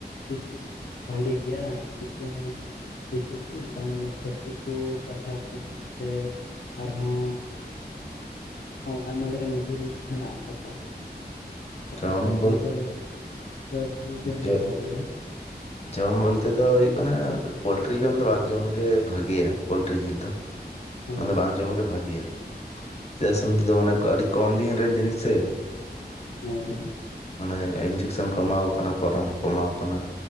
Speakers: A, on the left; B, on the left.
A: ᱵᱤᱥᱤ ᱵᱷᱟᱞᱤ ᱜᱮᱭᱟ ᱥᱮᱪᱮ ᱫᱤᱥᱤ ᱥᱤᱢ ᱵᱟᱝ ᱫᱚ ᱠᱷᱟᱹᱥᱤ ᱠᱩ ᱯᱟᱴᱷᱟ ᱠᱩ ᱥᱮ ᱟᱨᱦᱚᱸ ᱦᱚᱸ ᱟᱭᱢᱟ ᱞᱮᱠᱟᱱᱟᱜ ᱡᱤᱞ ᱢᱮᱱᱟᱜ ᱟᱠᱟᱫᱟ᱾ ᱚᱠᱟ
B: ᱡᱚᱢ
A: ᱴᱟᱜ ᱡᱤᱞ
B: ᱵᱚᱞ
A: ᱡᱚᱢ ᱞᱮ ᱡᱚ ᱡᱤᱞ ᱡᱚᱢ ᱞᱮᱠᱷᱟᱜ
B: ᱡᱚ
A: ᱵᱷᱟᱞᱤᱭᱟ?
B: ᱡᱚᱢ ᱵᱚᱞᱛᱮ ᱫᱚ ᱦᱩᱭᱩᱜ ᱠᱟᱱᱟ ᱯᱳᱞᱴᱨᱤ ᱡᱚᱢ ᱫᱚ ᱵᱟᱝ ᱡᱚᱢ ᱜᱮ ᱵᱷᱟᱜᱮᱭᱟ ᱯᱳᱞᱴᱨᱤ ᱡᱤᱞ ᱫᱚ᱾
A: ᱦᱳᱭ
B: ᱚᱱᱟ ᱫᱚ ᱵᱟᱝ ᱡᱚᱢ ᱜᱤ ᱵᱷᱟᱹᱜᱤᱭᱟ ᱪᱮᱫᱟᱜ ᱥᱮ ᱱᱚᱛᱮ ᱫᱚ ᱢᱟᱱᱮ ᱟᱹᱰᱤ ᱠᱚᱢ ᱫᱤᱱ ᱨᱮᱱ ᱡᱤᱱᱤᱥ ᱥᱮ᱾
A: ᱦᱩᱸ ᱦᱩᱸ
B: ᱢᱟᱱᱮ ᱤᱱᱡᱮᱠᱥᱮᱱ ᱠᱚ ᱮᱢᱟᱣ ᱠᱚ ᱠᱟᱱᱟ ᱨᱟᱱ ᱠᱚ ᱮᱢᱟᱣ ᱠᱟᱱᱟ